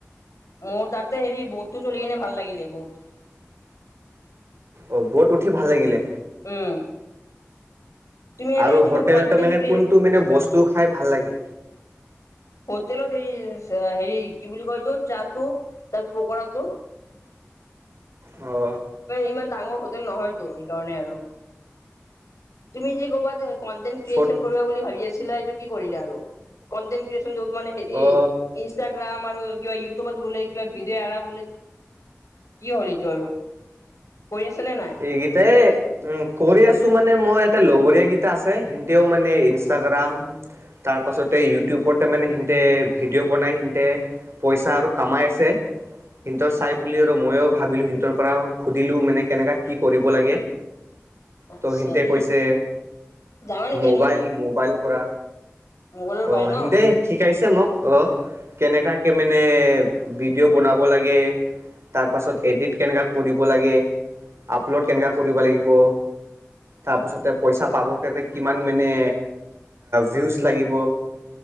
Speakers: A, on the left; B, on the right.
A: মোৰ তাতে হেৰি বুধতটো চলি কিনে ভাল লাগিলে বুত
B: অ' বত উঠি ভাল লাগিলে
A: উম তুমি এনে
B: আৰু
A: কিবা
B: হোটেলতো
A: কন্টেন্ট
B: মানে
A: ক্ৰিয়েট
B: কোনটো মানে বস্তু খাই ভাল লাগিল
A: হোটেলত এই হেৰি কি বুলি কয়ছো চাহটো তাৰ পকৰাটো
B: অ
A: ইমান ডাঙৰ হোটেল নহয়তো সকাৰণে আৰু তুমি যি কৰ'বাত কনটেন্ট ক্ৰিয়েচন
B: ফ
A: কৰিব বুলি ভাবি আছিলা এইটো কি কৰিলে আৰু কনটেন্ট ক্ৰিয়েচন যত মানে
B: অ
A: ইনষ্টাগ্ৰাম আৰু কিবা ইউটিউবত বোলে কিবা ভিডিঅ' এৰা বোলে কি হ'ল এইটো আৰু কৰি আছে নে নাই
B: এইগতে উ কৰি আছো মানে মোৰ এটা লগৰীয়া কেইটা আছে সও মানে ইনষ্টাগ্ৰাম তাৰপাছতে ইউটিউবতে মানে সিহতে ভিডিঅ' বনাই সিতে পইচা আৰু কামাই আছে সিহঁতৰ চাই বুলি আৰু ময়ো ভাবিলো সিহৰ পৰা সুধিলো মানে কেনেকা কি কৰিব লাগে।
A: আচ্ছা
B: ত' সিহতে
A: তুমি
B: কৈছে
A: জানা নেকি
B: মোবাইল মোবাইল পৰা
A: মোবাইলৰ
B: অ'
A: বাই ন।
B: সিহঁতে শিকাইছে মোক অ কেনেকাকে মানে ভিডিঅ' বনাব লাগে তাৰপাছত এডিট কেনেকা কৰিব লাগে। আপলোড কেনেকা কৰিব লাগিব। তাৰপাছতে পইচা পাব কাৰণে কিমান মানে ভিউজ লাগিব।